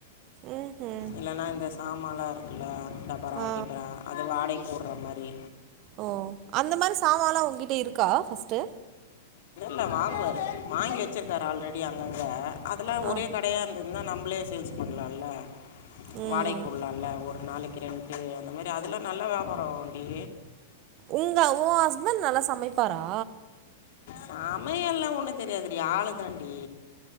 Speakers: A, on the right; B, on the left.
A: ம் ம்
B: இல்லன்னா இந்த சாமலா இருக்குல்ல டபரா
A: ஆ
B: கிபரா அது வாடைக் போட்ற மாரி
A: ஓ அந்த மாரி சாமான்லா உங்கிட்ட இருக்கா ஃபஸ்ட்டு
B: இல்ல வாங்குவார் வாங்கி வச்சிருக்கரு ஆல்ரெடி அங்கங்க அதெல்லா
A: ஆ
B: ஒரே கடையா இருந்ததுனா நம்பளே சேல்ஸ் பண்லால்ல
A: ம்
B: வாடைக்கி உல்லால்ல ஒரு நாளைக்கி ரெண்ட்டு அந்த மாதிரி அதெல்லா நல்லா வியாபாரோ அவுன்டி
A: உங்க ஒ ஹஸ்பண்ட் நல்லா சமைப்பாரா
B: சமையல்லாம் ஒண்ணு தெரியாது டி ஆளு தாண்டி